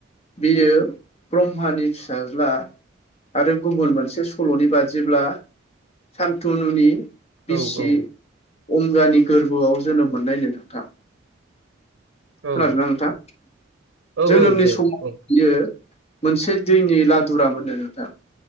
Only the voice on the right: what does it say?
औ औ
औ
औ
औ दे
औ